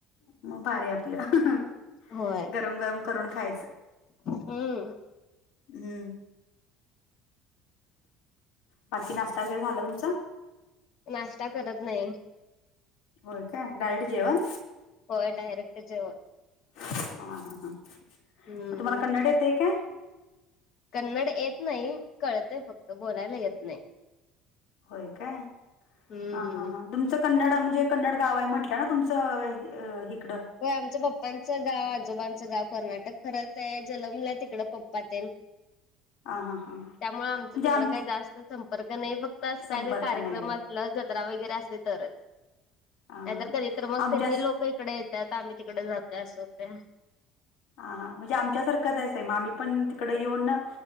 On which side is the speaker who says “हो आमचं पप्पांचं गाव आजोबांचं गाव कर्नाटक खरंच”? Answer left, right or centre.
Left